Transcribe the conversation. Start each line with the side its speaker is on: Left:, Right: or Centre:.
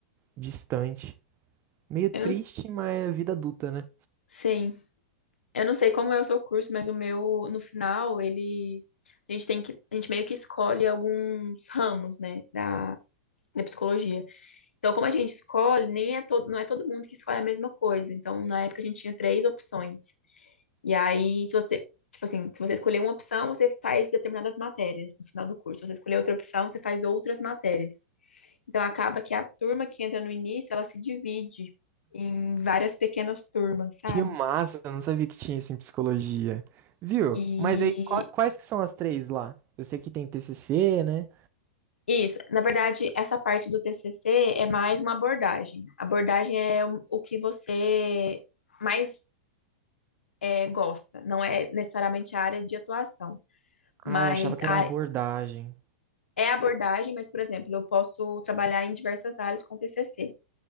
Right: distante. Meio triste,
Left: Eu não
Right: mas é vida adulta, né?
Left: Sim, eu não sei como é o seu curso, mas o meu, no final, ele, a gente tem que, a gente meio que escolhe alguns ramos, né, da, da psicologia. Então, como a gente escolhe, nem é todo, não é todo mundo que escolhe a mesma coisa. Então, na época a gente tinha três opções. E aí, se você, tipo assim, se você escolher uma opção, você faz determinadas matérias no final do curso. Se você escolher outra opção, você faz outras matérias. Então, acaba que a turma que entra no início, ela se divide em várias pequenas turmas, sabe?
Right: Que massa, eu não sabia que tinha isso em psicologia. Viu?
Left: E
Right: Mas aí, qua- quais que são as três lá? Eu sei que tem TCC, né?
Left: Isso, na verdade, essa parte do TCC é mais uma abordagem. Abordagem é o o que você mais é, gosta, não é necessariamente a área de atuação,
Right: Ah,
Left: mas
Right: eu achava que
Left: a
Right: era
Left: área-
Right: abordagem
Left: é abordagem, mas, por exemplo, eu posso trabalhar em diversas áreas com TCC.